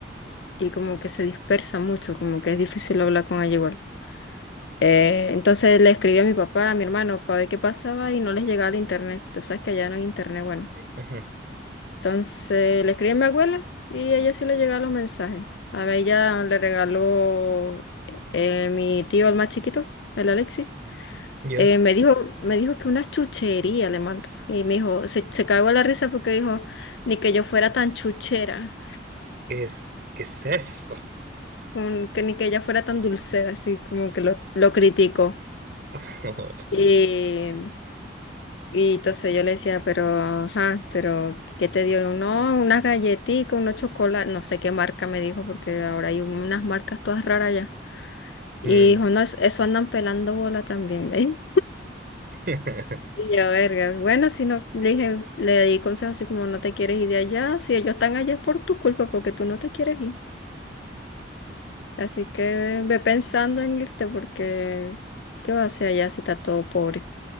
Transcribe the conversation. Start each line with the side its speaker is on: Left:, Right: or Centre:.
Left: y como que se dispersa mucho, como que es difícil hablar con ella igual. Eh, entonces le escribí a mi papá, a mi hermano, para ver qué pasaba y no les llegaba el internet. Tú sabes que allá no hay internet, bueno.
Right: Ujú.
Left: Entonces le escribí a mi abuela y a ella sí le llegaban los mensajes. A ella le regaló eh, mi tío, el más chiquito, el Alexis.
Right: Yo,
Left: Eh, me dijo, me dijo que una chuchería le mandó. Y me dijo, se, se cagó la risa porque dijo, ni que yo fuera tan chuchera,
Right: ¿qué es, qué es eso?
Left: un- que ni que ella fuera tan dulcera, así como que lo, lo criticó.
Right: <laughs>
Left: Y, y entonces yo le decía, pero, ajá, pero, ¿qué te dio? No, unas galletitas, unos chocolates, no sé qué marca me dijo, porque ahora hay unas marcas todas raras ya. Y
Right: Mm,
Left: dijo, no, es- eso andan pelando bola también, <laughs> me dijo.
Right: <laughs>
Left: Y yo, verga, bueno, si no, le dije, le di consejos así como no te quieres ir de allá, si ellos están allá es por tu culpa, porque tú no te quieres ir. Así que ve pensando en irte, porque ¿qué va a hacer allá si está todo pobre?